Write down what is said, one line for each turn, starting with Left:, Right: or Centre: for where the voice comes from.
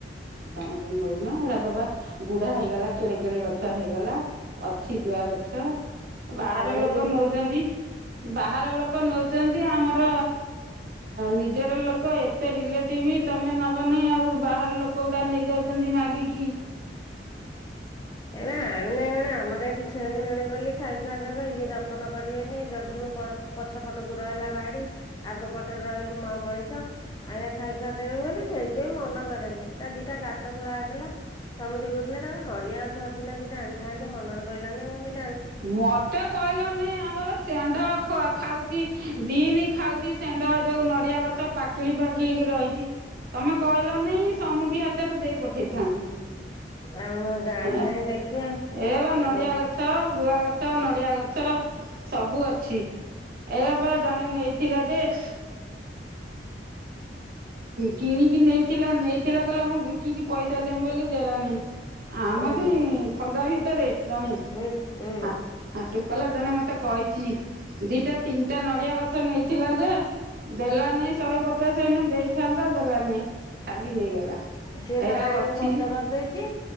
Right: ତମର ନଉନ ଏରା କ ପା ବୁଢା ହେଇଗଲା କେଡେ କେଡେ ଗଛ ହେଇଗଲା। ଅଛି ଗୁଆ ଗଛ। ବାହାର
Left: ଆଣିକି
Right: ଲୋକ ନଉଛନ୍ତି ବାହାର ଲୋକ ନଉଛନ୍ତି। ଆମର ନିଜର ଲୋକ ଏତେ ରିଲେଟିବି ତମେ ନବନି ଆଉ ବାହାର ଲୋକ ଲୋକଗୁଡା ନେଇ ଯାଉଛନ୍ତି ମାଗିକି
Left: ଏ ଆଣୁନାହିଁ ମଣେ ଆମର ଏଇଠି ଛେଳି ମେଳେ ବୋଲି ଖାଇ ଖୁଆ ଦେବେ ଇଏ ଯତ୍ନ କରିବେନି ଜଗିବ ପଛ ପଟକୁ ରହିଲା ବାଡି ଆଗ ପଟରେ ରହିଲୁ ମା ମଣିଷ ଆଇନା ଖାଇ ଖୁଆ ଦେବେ ବୋଲି ସେଇଥିପାଇଁ ମନ କରେନି। ଏଟା ଦିଟା ଗାତ ଖୋଳା ହେଇଥିଲା ସମୁଦି କହୁଥିଲେ ତାର ନଡିଆ ଅଛି ନା ଦିଟା ଆଣିଥାନ୍ତି ମନରେ ପଇଲାନି ମୁଁ କହିଲି
Right: ମତେ କହିଲ ନେଇଁ ଆମର ଷେଣ୍ଢ ଖାଉଛି ଦିନି ଖାଉଛି ଷେଣ୍ଢ ଯୋଉ ନଡିଆ ଗଛ ପାକଳି ପାକଳିକି ରହିଛି ତମେ କହିଲ ନାଇଁ ସମୁଦି ହାତରେ ଦେଇ ପଠେଇଥାନ୍ତି।
Left: ଆଉ ମୁଁ ଜାଣିନାହିଁ
Right: ହେଁ
Left: ଦେଖିବା
Right: ଏ ବା ନଡ଼ିଆ
Left: ଆଉ
Right: ଗଛ। ଗୁଆ ଗଛ, ନଡ଼ିଆ ଗଛ ସବୁ ଅଛି ଏରାପା ଜଣେ ନେଇଥିଲା ଯେ କି କିଣିକି ନେଇଥିଲା ନେଇଥିଲା କହିଲ ମୁଁ ବିକିକି ପଇସା ଦେମି ବୋଲି ଦେଲାନି। ଆମରି
Left: ହୁଁ
Right: ଖଞା ଭିତରେ ଜଣେ।
Left: ହୁଁ ହୁଁ
Right: ହ ହାଠ କଲ ଜଣେ ମୋତେ ତେ କହିଛି ଦିଟା ତିନିଟା ନଡିଆ ଗଛ ନେଇ ଥିଲା ଯେ ଦେଲାନାଇ ଶହେ ପଚାଶ ହେନ ଦେଇଥାନ୍ତା ଦେଲାନାଇ ଖାଲି ନେଇଗଲା
Left: ସିଏ
Right: ଏରା
Left: ତାର ଆଣିକି
Right: ଅଛି
Left: ଖର୍ଚ୍ଚ କରିଦେଇଛି